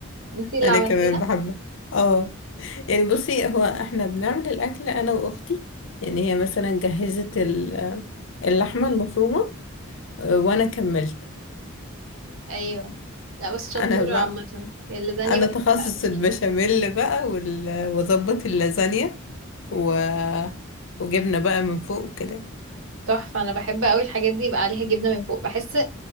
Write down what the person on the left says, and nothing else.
انا
كمان بحبها اه يعني بصي هو احنا بنعمل الاكل انا واختي يعني هي مثلا جهزت ال- اللحمه المفرومه آه، وانا كملت
انا بقى
انا
تخصص البشاميل بقى وال- واظبط اللازانيا و... وجبنه بقى من فوق كده